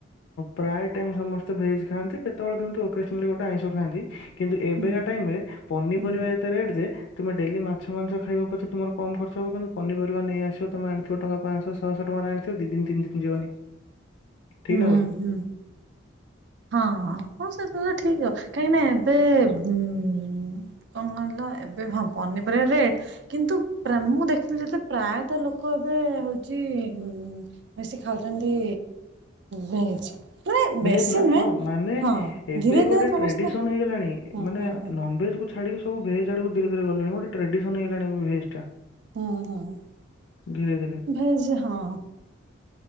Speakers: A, on the left (about 70°); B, on the right (about 60°).
A: ପ୍ରାୟ ଟାଇମ ସମସ୍ତେ ଭେଜ ଖାଆନ୍ତି କେତେବେଳେ କେମତି ଓକେଜଗ୍ନାଲୀ ଗୋଟେ ଆଇଁଷ ଖାଆନ୍ତି। କିନ୍ତୁ ଏବେକା
B: ହୁଁ
A: ଟାଇମରେ ପନିପରିବା
B: ହୁଁ
A: ଏତେ ରେଟ୍ ଯେ ତୁମେ ଡେଲି ମାଛ ମାଂସ ଖାଇବ ପଛେ ତମର କମ୍ ଖର୍ଚ୍ଚ ହବ କିନ୍ତୁ ପନିପରିବା ନେଇ ଆସିବ ତମେ ଆଣିଥିବ ଟଙ୍କା ପାଞ୍ଚଶହ ଛଅଶହ ଟଙ୍କାରେ ଆଣିଥିବ ଦି ଦିନ ତିନି ଦିନ ଯିବନି। ଠିକ୍
B: ହୁଁ
A: ନା ଭୁଲ୍?
B: ହୁଁ। ହଁ ହଁ ସେବୁ ତ ଠିକ କାହିଁକି ନା ଏବେ ଉ କଣ କହିଲ ଏବେ ହ ପନିପରିବା ରେଟ କିନ୍ତୁ ପ୍ରା ମୁଁ ଦେଖିଲି ଯେତେବେଳେ ପ୍ରାୟତଃ ଲୋକ ଏବେ ହଉଛି ଉ ବେଶୀ ଖାଉଛନ୍ତି ଭେଜ। ମାନେ
A: ଭେଜ
B: ବେଶୀ
A: ନା
B: ନୁହେଁ
A: ହଁ ମାନେ
B: ହଁ
A: ଏବେ
B: ଧୀରେ
A: ଗୋଟେ
B: ଧୀରେ ସମସ୍ତେ
A: ଟ୍ରେଡିସନ ହେଇଗଲାଣି
B: ହଁ
A: ମାନେ
B: ହଁ
A: ନ
B: ହଁ
A: ନନ୍ ଭେଜକୁ ଛାଡିକି ସବୁ ଭେଜ ଆଡକୁ ଧରେ ଧୀରେ ଗଲାଣି ଗୋଟେ୍ ଟ୍ରେଡିସନ ହେଇଲାଣି ଏ ଭେଜ ଟା।
B: ହୁଁ ହୁଁ
A: ଧୀରେ ଧୀରେ।
B: ଭେଜ ହଁ।